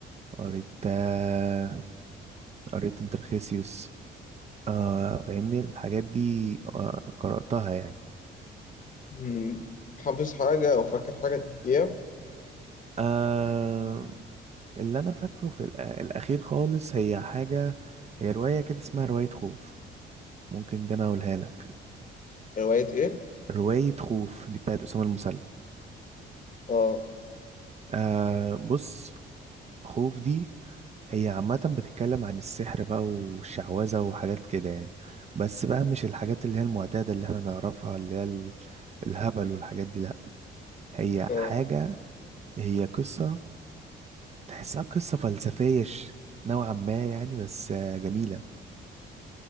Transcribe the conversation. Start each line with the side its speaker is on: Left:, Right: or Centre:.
Right: قريت آه، قريت انترخيسيوس آه فاهمني الحاجات دي آه قرأتها يعني
Left: مم. حافظ حاجة او فاكر حاجة تحكيها
Right: آه اللي أنا فاكره في الأ- الأخير خالص هي حاجة هي رواية كده اسمها رواية خوف ممكن ده انا اقولها لك
Left: هواية ايه
Right: رواية خوف دي بتاعت أسامة المسلم
Left: اه
Right: آه بص خوف دي هي عامة بتتكلم عن السحر بقى والشعوذة وحاجات كده يعني بس بقى مش الحاجات اللي هي المعتادة اللي احنا نعرفها اللي هي ال- الهبل والحاجات دي لأ هي
Left: اه
Right: حاجة هي قصة تحسها قصة فلسفية ش- نوعا ما يعني بس آه، جميلة